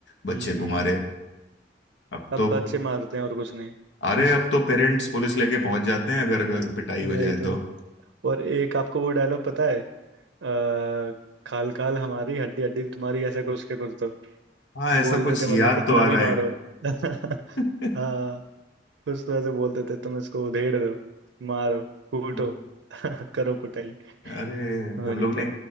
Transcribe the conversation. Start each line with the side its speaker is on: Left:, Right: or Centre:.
Left: बच्चे
Right: हम्म
Left: को मारे अब
Right: अब
Left: तो
Right: बच्चे मारते हैं और कुछ नहीं
Left: अरे
Right: <laughs>
Left: अब तो पेरेंट्स पुलिस लेके पहुंच जाते हैं अगर अगर पिटाई हो
Right: वही
Left: जाए
Right: तो
Left: तो
Right: और एक आपको वो डायलॉग पता है आ, खाल खाल हमारी हड्डी हड्डी तुम्हारी ऐसा कुछ के कुर्तो
Left: हाँ ऐसा
Right: बोलते
Left: कुछ
Right: थे
Left: याद
Right: मतलब कितना
Left: तो आ
Right: भी
Left: रहा
Right: मारो <laughs>
Left: है
Right: हाँ कुछ तो ऐसे बोलते थे तुम इसको उधेड़ दो मारो कूटो
Left: <laughs>
Right: <laughs> करो कुटाई
Left: अरे
Right: वही
Left: हम लोग ने
Right: तो